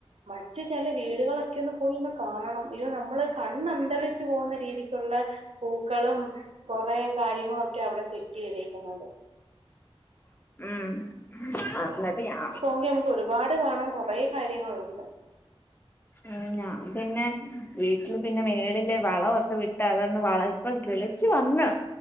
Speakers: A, on the right; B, on the left.
A: മറ്റ് ചില വീടുകളൊക്കെ ഒന്ന് പോയി ഒന്ന് കാണണം ഇ നമ്മള് കണ്ണന്തലിച്ചു പോകുന്ന രീതിക്കുള്ള ള്ള പൂക്കളും കൊറെ കാര്യങ്ങളൊക്കെ അവിടെ സെറ്റ് ചെയ്തിരിക്കുന്നത്
B: ഉം ന്നിട്ട് ഞ
A: ങ്കിൽ നമുക്ക് ഒരുപാട് കാണാൻ കുറെ കാര്യങ്ങളുണ്ട്.
B: ഉ ഞാ പിന്നെ വീട്ടില് പിന്നെ മേളില് വളമൊക്കെ വിട്ട് അതൊന്ന് വള ഇപ്പോ കിളിച്ചു വന്ന്.